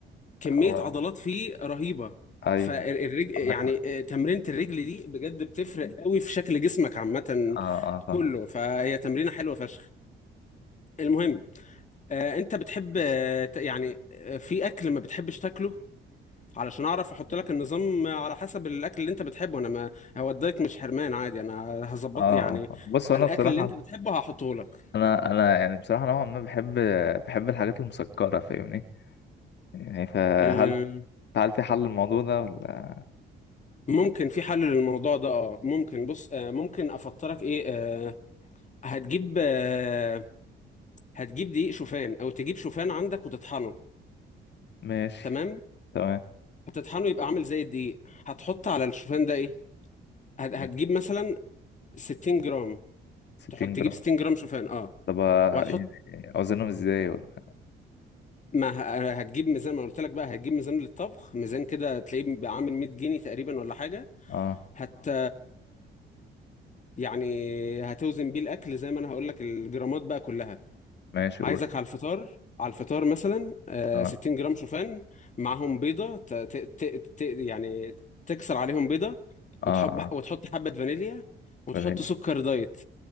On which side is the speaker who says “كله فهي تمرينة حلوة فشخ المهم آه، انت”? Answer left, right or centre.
Left